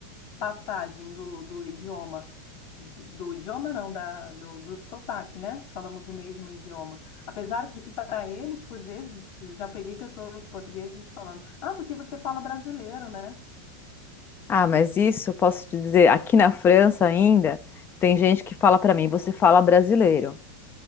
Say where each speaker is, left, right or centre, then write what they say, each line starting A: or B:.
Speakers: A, on the left; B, on the left.
A: passagem do, do idioma do idioma, não, da, do, do sotaque, né? Falamos o mesmo idioma. Apesar de que, para eles, por vezes, eu já peguei pessoas portugueses falando: Ah, porque você fala brasileiro, né?
B: Ah, mas isso eu posso te dizer, aqui na França ainda, tem gente que fala para mim, você fala brasileiro.